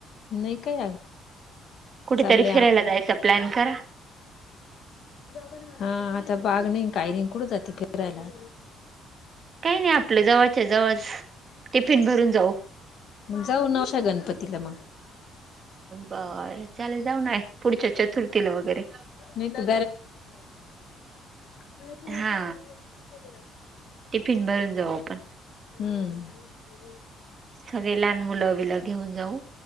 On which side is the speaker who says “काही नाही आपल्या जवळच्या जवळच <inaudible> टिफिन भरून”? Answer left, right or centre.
Right